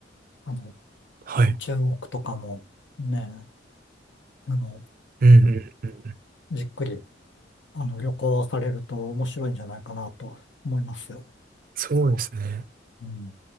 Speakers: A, on the left; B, on the right.
A: あの、
B: はい。
A: 中国とかも、ね、あの、
B: うんうんうんうん。
A: じっくり、あの、旅行されると面白いんじゃないかなと思いますよ。
B: そうですね。
A: うん。